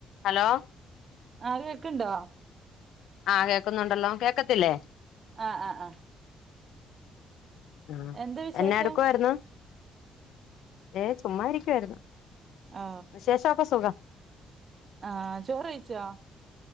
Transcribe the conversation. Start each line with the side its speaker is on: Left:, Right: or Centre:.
Left: Hello?
Right: ആ അത് കേൾക്കണ്ടോ?
Left: ആഹ് കേക്കുന്നുണ്ടല്ലോ കേൾക്കത്തില്ലേ?
Right: ആ ആ ആ
Left: ആ
Right: എന്താ വിശേഷം
Left: എന്നെ എടുക്കുവായിരുന്നു ഏ ചുമ്മാ ഇരിക്കുവായിരുന്നു.
Right: ആ
Left: വിശേഷമൊക്കെ സുഖം
Right: ആഹ ചോറ് കഴിച്ചോ?